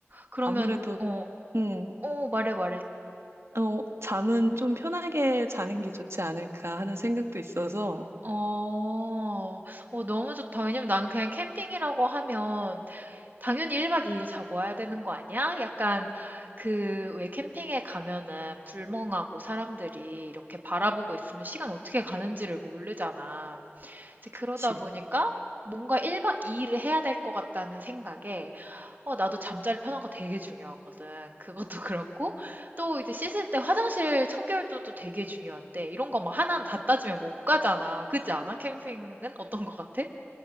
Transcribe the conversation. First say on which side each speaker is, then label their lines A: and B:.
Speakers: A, on the right (about 45°); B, on the right (about 70°).
A: 그러면
B: 아무래도,
A: 어.
B: 음,
A: 어, 말해 말해.
B: 어, 잠은 좀 편하게 자는 게 좋지 않을까 하는 생각도 있어서,
A: 어, 어, 너무 좋다. 왜냐면 나는 그냥 캠핑이라고 하면 당연히 1박 2일 자고 와야 되는 거 아니야? 약간 그 왜 캠핑에 가면은 불멍하고 사람들이 이렇게 바라보고 있으면 시간 어떻게 가는지를 모르잖아. 이제
B: 그치.
A: 그러다 보니까 뭔가 1박 2일을 해야 될 것 같다는 생각에 어, 나도 잠자리 편한 거 되게 중요하거든. 그것도 <laughs> 그렇고, 또 이제 씻을 때 화장실 청결도 또 되게 중요한데, 이런 거 막 하나 다 따지면 못 가잖아. 그지 않아? 캠핑은 어떤 거 같아?